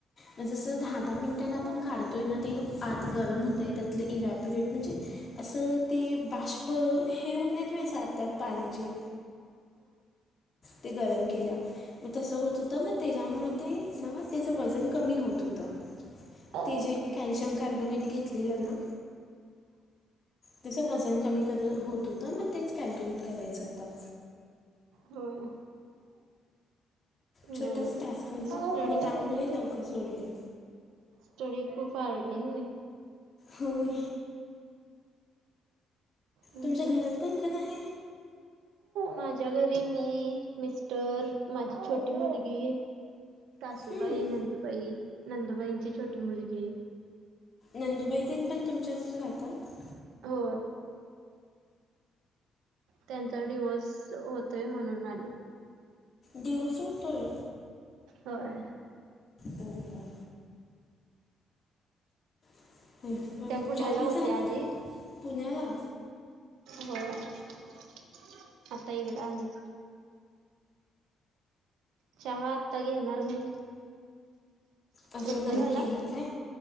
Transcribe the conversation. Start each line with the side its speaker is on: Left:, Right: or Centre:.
Left: मग जसं दहा दहा मिनिटांन
Right: हा
Left: आपण
Right: हा
Left: काढत तोय ना ते आत गरम होतय त्यातलं इवॅप्युरेट म्हणजे असं ते बा तर हे होत नाही व्हय जात्यात पाण्याची ते गरम केल्या. मग तसं होत होतं मग त्याच्यामुळे ते ना त्याचं वजन कमी होत होतं.
Right: हा
Left: ते जे कॅल्शियम कार्बोनेट घेतलेलं ना त्याच वजन कमी कर होत होतं, मग तेच कॅल्क्युलेट करायचं होतं.
Right: होय.
Left: छोटाच
Right: बर
Left: टास्क होता,
Right: स्टडी
Left: मग त्यामुळे लवकर सोडले.
Right: स्टडी खूप हार्ड आहे हय नई?
Left: होय.
Right: हम्म.
Left: तुमच्या घरात कोणकोण आहे?
Right: माझ्या घरी मी, मिस्टर, माझी छोटी मुलगी सासूबाई,
Left: हम्म
Right: नंदुबाई, नंदुबाईची छोटी मुलगी
Left: नंदुबाई तेन पण तुमच्यातच राहतात?
Right: हो. त्यांचा डिव्होर्स होतोय म्हणून आलेत.
Left: डिव्होर्स होतोय.
Right: होय.
Left: हो गया. <unintelligible> चहा
Right: त्या पुण्याला
Left: बी
Right: होत्या
Left: झालं होतं
Right: आधी
Left: पुण्याला
Right: हो, ‌ आता इकडें आलेत. चहा आता घेणार मी.
Left: अजून
Right: तुमचा
Left: नाही
Right: झाला
Left: केला काय?